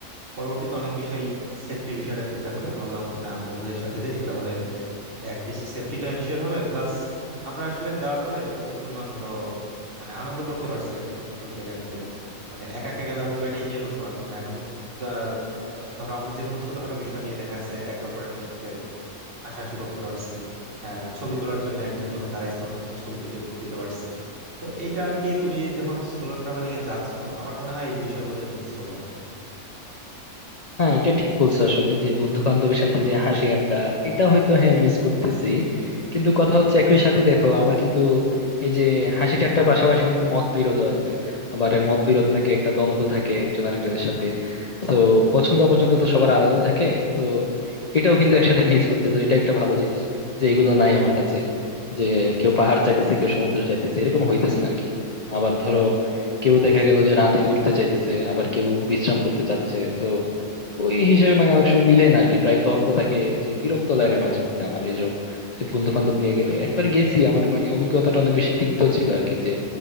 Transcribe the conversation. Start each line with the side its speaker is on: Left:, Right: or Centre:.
Right: পরবর্তীতে অনেক বিষয় সেফটির বিষয়টা চিন্তা করে ভাবলাম না বন্ধুদের সাথে যাই তাহলে অ্যাটলিস্ট সেফটিটা এনশিওর হবে প্লাস আমরা আসলে যাওয়ার পরে প্রচুর পরিমাণ ধরো মানে আনন্দ করতে পারছি আর কি ওই জায়গাটাতে মানে একা একা গেলে হয়তো এটা এনজয় করতে পারতাম না এখন আহ, ধরো আমরা যে কোনো ছোটখাটো বিষয় নিয়ে দেখা যাচ্ছে একে অপরের সাথে হাসাহাসি করতে পারছি আহ, ছবি তোলার জন্য একজন যখন দাঁড়াইছে অন্যজন ছবি তুলে দিতে পারছি তো এইটা আর কি তুমি যখন সোলো ট্রাভেলিং এ যাচ্ছ আমার মনে হয় এই বিষয়গুলো তুমি মিস করবা
Left: হ্যাঁ এটা ঠিক বলছো আসলে যে বন্ধু বান্ধবের সাথে যে হাসি আড্ডা এটা হয়তো হ্যাঁ মিস করতেছি কিন্তু কথা হচ্ছে একই সাথে দেখো আমার কিন্তু এই যে হাসি ঠাট্টার পাশাপাশি কিন্তু মত বিরোধ আছে আবার এই মত বিরোধ থাকে একটা দ্বন্দ্ব থাকে একজন আরেকজনের সাথে তো পছন্দ অপছন্দ তো সবার আলাদা থাকে তো এটাও কিন্তু একসাথে মিস হচ্ছে তো এটা একটা ভালো জিনিস যে এগুলো নাই আমার কাছে যে কেউ পাহাড় চাইতেছে কেউ সমুদ্র চাইতেছে এরকম হইতেছে না আরকি আবার ধরো কেউ দেখা গেল যে রাতে ঘুরতে চাইতেছে আবার কেউ বিশ্রাম করতে চাচ্ছে তো ওই হিসেবে মানে অনেক সময় মিলে না আরকি প্রায় তর্ক থাকে যে বিরক্ত লাগে মাঝে মধ্যে আমার এইসব যে বন্ধু বান্ধব নিয়ে গেলে একবার গেছি আমার মানে অভিজ্ঞতাটা অনেক বেশি তিক্ত ছিল আর কি যে